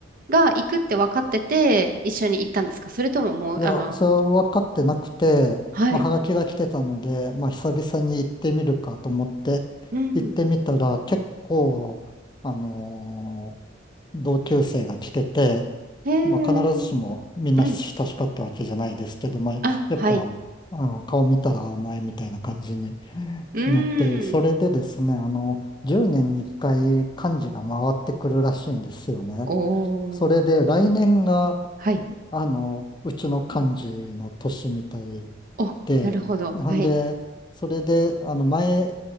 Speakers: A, on the right (about 45°); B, on the left (about 25°).
A: が行くって分かってて、一緒に行ったんですかそれとももう、
B: いや、
A: あの、
B: それは分かってなくて、
A: はい。
B: まあ、はがきが来てたので、まあ、久々に行ってみるかと思って、
A: うん。
B: 行ってみたら、結構、あのー同級生が来てて、
A: へえ
B: まあ、必ずしもみんな親しかったわけじゃないですけど、
A: うん。
B: まあ、
A: あ、
B: やっぱ、
A: はい。
B: あの、顔見たらお前みたいな感じに
A: うーん。
B: なって、それでですね、あの、10年に1回幹事が回ってくるらしいんですよね。
A: おー。
B: それで来年が
A: はい。
B: あの、うちの幹事の年みたい
A: お、
B: で、
A: なるほど。
B: ほんで、
A: はい。
B: それで、あの、前、